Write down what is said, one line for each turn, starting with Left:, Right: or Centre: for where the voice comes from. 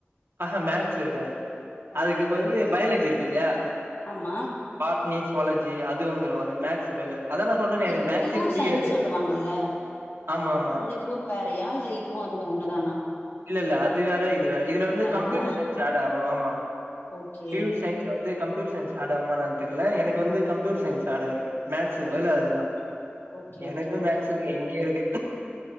Right: ஆஹான் மேக்ஸ் இருக்காது அதுக்குப்
Left: ஓகே
Right: பதிலு பயாலஜி இருக்கு இல்யா
Left: ஆமா
Right: பாட்னி ஸுவாலஜி அது வந்துரும் அது மேக்ஸு பதில அது அதா நா சொல்றேனே எனக்கு
Left: இப்ப
Right: மேக்ஸே
Left: பியூர்
Right: புடிக்காது
Left: சயின்ஸ் சொல்லுவாங்கல்ல
Right: ஆமா ஆமா
Left: அந்த குரூப் வேறயா இல்ல இதுவும் அதுவும் ஒண்ணுதானா
Right: இல்ல இல்ல அது வேற இது வேற இதுல வந்து
Left: வேறல்ல
Right: கம்ப்யூட்டர் சயின்ஸ் ஆட் ஆவும் ஆமா
Left: ஓகே
Right: ப்யூர் சயின் ஸ் வந்து கம்யூட்டர் சயின்ஸ் ஆட் ஆவுமா என்னனு தெர்ல எனக்கு வந்து கம்யூட்டர் சயின்ஸ் ஆட் ஆயிருக்கு மேக்ஸு பதில
Left: ஓகே
Right: அது தா
Left: ஓகே ஓகே
Right: எனக்கு
Left: ஓகே
Right: மேக்ஸுக்கு எங்கயோ இருக்கு